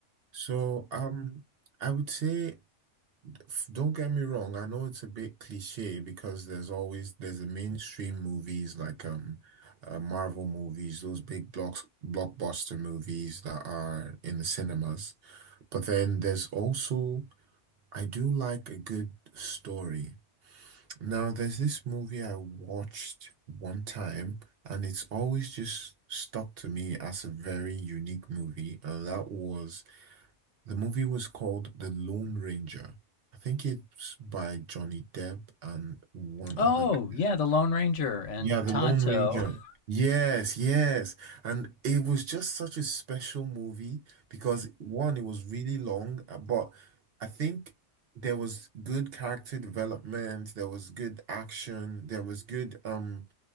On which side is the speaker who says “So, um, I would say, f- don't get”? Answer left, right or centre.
Right